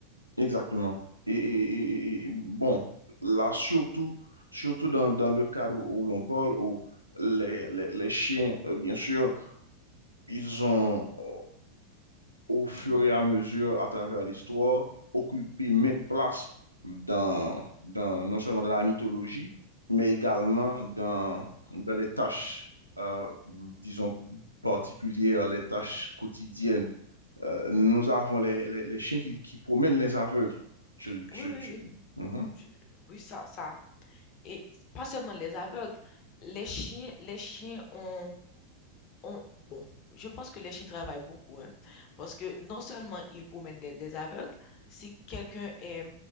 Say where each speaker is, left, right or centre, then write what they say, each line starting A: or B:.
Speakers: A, on the left; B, on the left.
A: exactement. Et, et- et- et- et, bon, là, surtout, surtout dans, dans le cadre où l'on parle, où les, les, les chiens, euh, bien sûr, ils ont, euh, au fur
B: Les meilleurs.
A: et à mesure, à travers l'histoire, occupé maintes places dans, dans, non seulement dans la mythologie, mais également dans, dans les tâches, euh, disons, particulières, les tâches quotidiennes. Euh, nous
B: Mmh
A: avons les, les, les chiens qui, qui promènent les aveugles. Tu- tu-
B: Oui, oui,
A: tu-
B: oui.
A: Mhm,
B: Je oui, ça ça et pas seulement les aveugles, les chiens les chiens ont On bon, je pense que les chiens travaillent beaucoup, hein, parce que non seulement ils promènent les, les aveugles, si quelqu'un est-